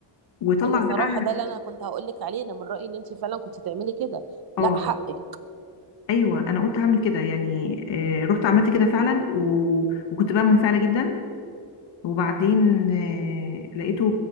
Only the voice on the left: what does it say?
وطلع
بقى
اه
ايوه انا قلت هعمل كده يعني آه، رحت عملت كده فعلا و... وكنت بقى منفعله جدا وبعدين آه، لقيته